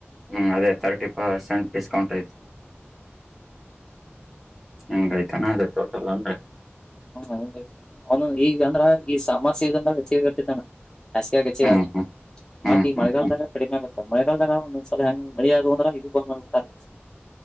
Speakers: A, in the centre; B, on the left (about 15°).
A: ಹ್ಮ್ ಅದೇ ತರ್ಟಿ ಪರ್ಸೆಂಟ್ ಡಿಸ್ಕೌಂಟ್ ಐತೆ, ಹಂಗಯ್ತನಾ ಅದ್ರ್ ಟೋಟಲ್ ಅಂದ್ರೆ.
B: <unintelligible> ಅವ್ನು ಈಗಂದ್ರ ಈ ಸಮ ಸಿಗ <unintelligible> ಸಿಗಂತಿತ್ ಅಣ್ಣಾ. ಹಾಸ್ಗ್ಯಾಗ್ ಹೆಚ್ಚಿಗ್
A: ಹ್ಮ್
B: ಆಗುತ್ತ
A: ಹ್ಮ್ ಹ್ಮ್
B: ಮತ್ ಈ
A: ಹ್ಮ್
B: ಮಳೆಗಾಲದಾಗ
A: ಹ್ಮ್
B: ಕಡಿಮೆ ಆಗುತ್ತ ಮಳೆಗಾಲದಾಗ ಒಂದೊಂದ್ಸಲ ಹೆಂಗ್ ಮಳಿಯಾದುವ್ ಅಂದ್ರೆ ಇದು ಬಂದ್ ಮಾಡ್ಬುಡ್ತಾರೆ.